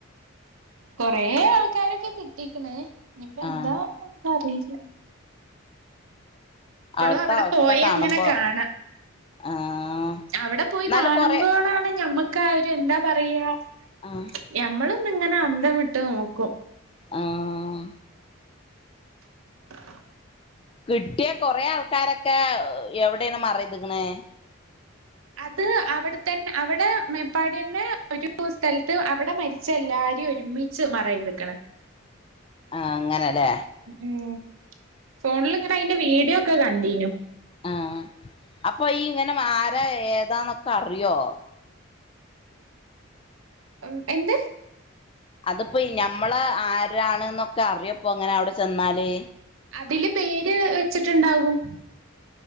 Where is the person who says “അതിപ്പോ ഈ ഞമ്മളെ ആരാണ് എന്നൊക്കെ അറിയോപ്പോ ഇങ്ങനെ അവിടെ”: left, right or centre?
Left